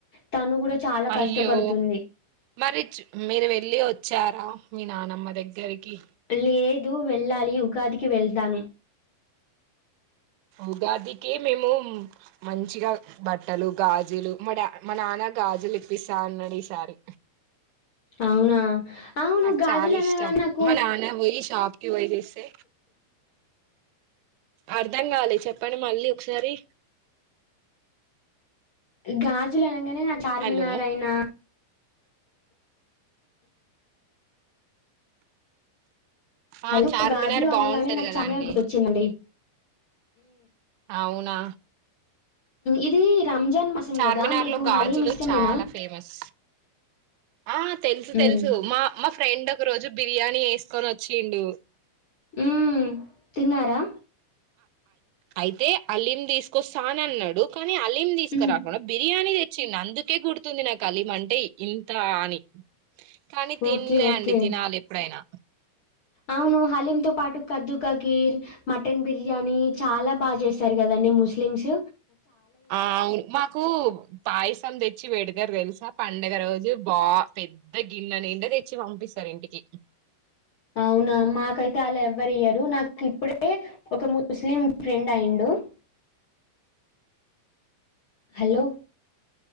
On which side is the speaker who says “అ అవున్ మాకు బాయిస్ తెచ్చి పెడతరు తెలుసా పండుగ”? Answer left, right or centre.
Right